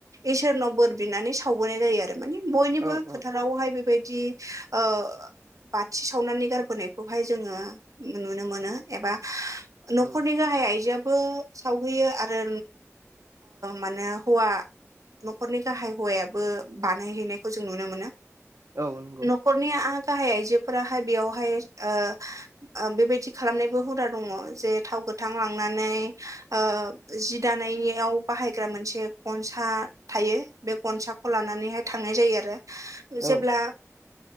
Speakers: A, on the right; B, on the right.
A: इसोरनाव बोर बिनानै सावबोनाय जायो आरो माने बयनिबो
B: औ औ
A: फोथारावहाय बेदि ओ बाथि सावनानै गारबोनायखौहाय जोङो नुनो मोनो एबा न'खरनि
B: औ
A: गाहाय आइजोआबो सावहैयो आरो माने हौवा न'खरनि गाहाय हौवायाबो बानायहैनायखौ जों नुनो मोनो
B: औ नंगौ
A: न'खरनि गाहाय आइजोफोराहाय बेयावहाय ओ बेबायदि खालामनायबो हुदा दङ जे थाव गोथां लांनानै ओ जि दानायनिाव बाहायग्रा मोनसे गनसा थायो बे गनसाखौ लानानैहाय थांनाय जायो आरो जेब्ला
B: औ